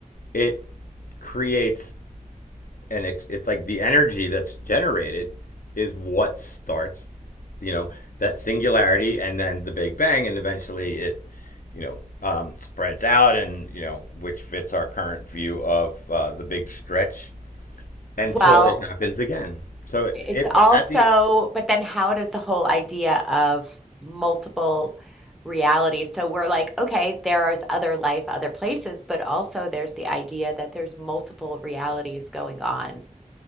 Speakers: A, on the left (about 75°); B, in the centre.
A: it creates and it's, it's like the energy that's generated is what starts you know that singularity and then the big bang and eventually it you know um, spreads out and you know which fits our current view of uh, the big stretch until
B: Well,
A: it happens again so
B: It's
A: if
B: also,
A: at the
B: but then how does the whole idea of multiple realities? So we're like, okay, there is other life, other places, but also there's the idea that there's multiple realities going on